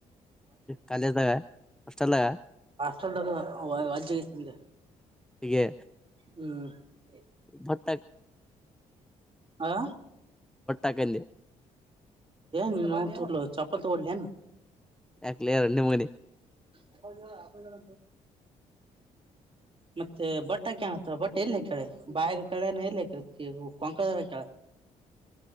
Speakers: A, in the centre; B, on the right.
A: ಕಾಲೇಜ್ ದಾಗಾ ಹಾಸ್ಟೆಲದಾರಿ
B: ಚೊಂಡ ಅದಾ ವಾಚಾ ದಾಗಿತಂದೆ
A: ಇಗೆ
B: ಹ್ಮ
A: ಹೊಟ್ಯಾಗ್
B: ಹಾ
A: ಹಾಕಂದೆ
B: ನಿ ನ ತುಟಲ ಚಾಪ್ಪಪಲ್ ತ ಒಡ್ಲಿ
A: ಯಾಕ್ ಲೇ ರಾಂಡಿಮಗನೆ
B: ಅಪ್ಪ ಜ ಅಪ್ಪ ಜನ ಮತ್ತೆ ಬಟ್ಟ ಕನ್ತ ಬಟ್ಟೆ ಎಲ್ಲ ಕಡೆ ಬಾಯ ಕ ಹೇಳ ಕೊಂಕದ ಹಾಕ್ಯಲ್